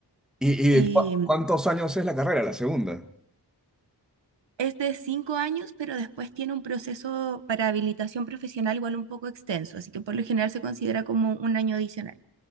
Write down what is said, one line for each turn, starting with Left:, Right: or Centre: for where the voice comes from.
Centre: ¿Y,
Right: Em,
Centre: y cu- cuántos años es la carrera, la segunda?
Right: es de cinco años, pero después tiene un proceso para habilitación profesional igual un poco extenso, así que por lo general se considera como un año adicional.